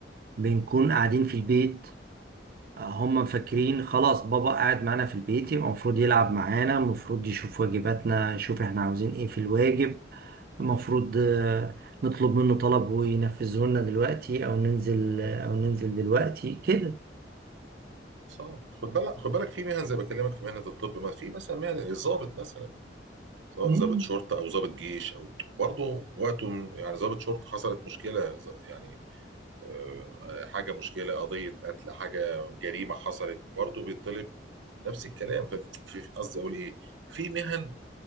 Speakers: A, on the right; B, on the right.
A: بنكون قاعدين في البيت هم فاكرين خلاص بابا قاعد معانا في البيت يبقى المفروض يلعب معانا المفروض يشوف واجباتنا يشوف احنا عاوزين ايه في الواجب المفروض آه، نطلب منه طلب وينفذه لنا دلوقتي او ننزل آه، او ننزل دلوقتي كده
B: صعب خد بالك خد بالك في مهن زي ما بكلمك في مهنه الطب ما في مثلا مهن الضابط مثلا سواء
A: مم.
B: ضابط شرطه او ضابط جيش او برضه وقته م- يعني ضابط شرطه حصلت مشكله ز- يعني آه، حاجه مشكله قضيه قتل حاجه جريمه حصلت برضه بيطلب نفس الكلام ف- في قصدي اقول ايه في مهن